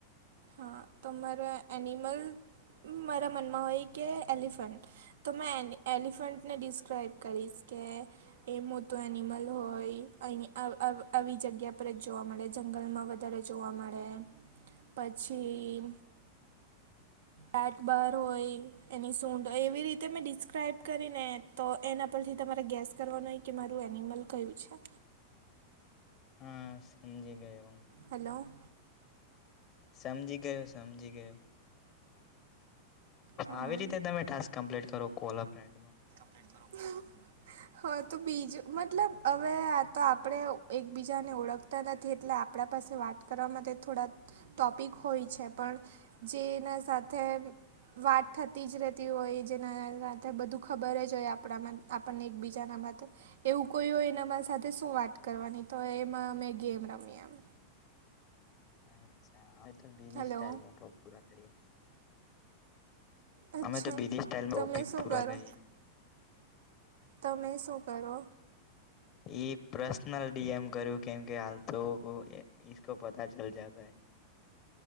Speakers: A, on the right; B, on the left.
A: હા તો મારે એનિમલ મારા મનમાં હોય કે એલિફન્ટ તો મેં એ એલિફન્ટને ડિસ્ક્રાઈબ કરીશ કે એ મોટું એનિમલ હોય અહી આવી જગ્યા પર જ જોવા મળે જંગલમાં અત્યારે જોવા મળે પછી
B: હ
A: બેટ બાર હોય એની સૂંડ હોય એવી રીતે મેં ડિસ્ક્રાઈબ કરીને તો એના પરથી તમારે ગેસ કરવાનો કે મારું એનિમલ કયું છે
B: હા સમજી ગયો.
A: હલો.
B: સમજી ગયો સમજી ગયો.
A: હા
B: આવી રીતે તમે ટાસ્ક કમ્પ્લીટ કરો કોમાં.
A: <unintelligible> હા તો બીજું મતલબ હવે આ તો આપણે એકબીજાને ઓળખ તા નથી એટલે આપણા પાસે વાત કરવા માટે થોડા. ટોપિક હોય છે પણ જેના સાથે વાત થતી જ રહેતી હોય જેના બધું ખબર જ હોય આપણામાં આપણને એકબીજાના માટે એવું કોઈ હોય એના સાથે શું વાત કરવાની તો એમાં અમે ગેમ રમીમ
B: અચ્છા હવે તો બીધિ
A: હલો
B: સ્ટાઈલ મોટ પુરા કરી.
A: અચ્છા
B: અમે તો બીલી સ્ટાઇલમાંપિક
A: તમે શું
B: પૂરા
A: કરો?
B: કરીએ.
A: તમે શું કરો.
B: એ પર્સનલ ડીએમ કરું કેમ કે હાલતકો પતા ચલ જતા હૈ